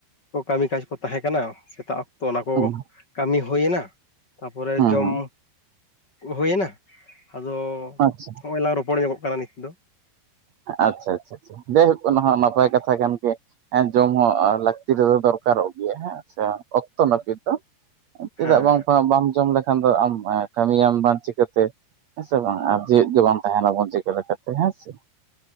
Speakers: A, on the left (about 35°); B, on the right (about 80°).
A: ᱠᱟᱹᱢᱤ ᱠᱟᱡ ᱠᱚ ᱛᱟᱦᱮᱸ ᱠᱟᱱᱟ ᱥᱮᱛᱟᱜ ᱚᱠᱼᱼ ᱛᱚ ᱚᱱᱟ ᱠᱚ
B: ᱦᱩᱸ
A: ᱠᱟᱢᱤ ᱦᱳᱭᱮᱱᱟ ᱛᱟᱯᱚᱨᱮ
B: ᱦᱩᱸ
A: ᱡᱚᱢ, ᱦᱩᱭᱮᱱᱟ ᱟᱫᱚ
B: ᱟᱪᱪᱷᱟ
A: ᱦᱚᱸᱜ-ᱚᱭ ᱞᱟᱝ ᱨᱚᱯᱚᱲ ᱧᱚᱜᱚᱜ ᱠᱟᱱᱟ ᱱᱤᱛ ᱫᱚ,
B: ᱟᱪᱪᱷᱟ-ᱟᱪᱪᱷᱟ ᱡᱟᱭᱦᱳᱠ ᱚᱱᱟ ᱦᱚᱸ ᱱᱟᱯᱟᱭ ᱠᱟᱛᱷᱟ ᱠᱟᱱ ᱜᱮ, ᱦᱮᱸ ᱡᱚᱢ ᱦᱚᱸ ᱞᱟᱠᱛᱤ ᱨᱮᱫᱚ ᱫᱚᱨᱠᱟᱨᱚᱜ ᱜᱮᱭᱟ ᱦᱮᱸᱜ ᱥᱮᱼᱼ ᱚᱠᱛᱚ ᱱᱟᱹᱯᱤᱛ ᱫᱚ ᱪᱮᱫᱟᱜ
A: ᱦᱮᱸ
B: ᱵᱟᱝ ᱵᱟᱢ ᱡᱚᱢ ᱞᱮᱠᱼᱼ ᱠᱷᱟᱱ ᱫᱚ ᱟᱢ ᱠᱟᱹᱢᱤᱭᱟᱢ ᱵᱟᱝ ᱪᱤᱠᱟᱹᱛᱮ, ᱦᱮᱸ ᱥᱮ ᱵᱟᱝ, ᱟᱨ ᱡᱮᱣᱮᱹᱫ ᱫᱚ ᱵᱟᱢ ᱛᱟᱦᱮᱸᱱᱟ ᱵᱚᱱ ᱪᱤᱠᱟᱹ ᱞᱮᱠᱟᱛᱮ ᱦᱮᱸ ᱥᱮᱼᱼ